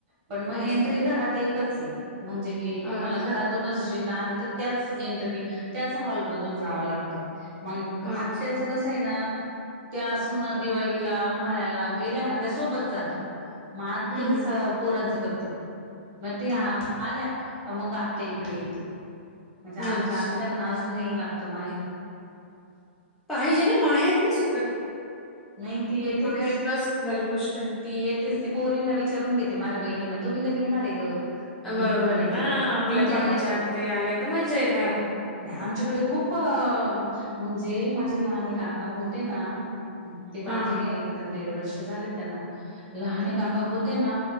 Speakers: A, on the right (about 30°); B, in the centre.
A: पण मग
B: अच्छा,
A: एंट्री
B: अच्छा,
A: घरात एकच आहे म्हणजे की
B: अच्छा,
A: तुम्हाला घरातूनच जिण आहे तर याच इंटरनेट हॉल मधून जाव लागत मग
B: अच्छा.
A: आत्या चं कसं - हे ना त्या सुना दिवाळीला उन्हाळ्याला गेल्या ना त्या सोबत जातात. मआत्या
B: हं,
A: चं
B: हं,
A: पोरांचं करते ते म
B: हं.
A: आप. आल्या तर मग आत्या इकडे येेते म्हणजे आमच्या
B: अच्छा.
A: आत्यांना आज. अजूनही लागतं माहेर.
B: पाहिजे ना माहेर नाही सुटतं.
A: नाही ती येतेच
B: माहेर काय सुटणारी गोष्ट हे.
A: ती येतेच ती पोरींना विचारून घेते माझ्या बहिणींना तुम्ही कधी येणार ग. मग
B: बरोबर
A: मी पण येते
B: आहे ना. आपल्या
A: मग ते
B: भाच्या
A: येतात
B: अन् ते आल्या की मजा येते.
A: हा. नाही आमच्याकडे खूप म्हणजे माझे लहान काका होते ना. ते वारले
B: हां.
A: आहे तर दीड वर्ष झाले त्यांना लहाने
B: हं,
A: काका होते ना.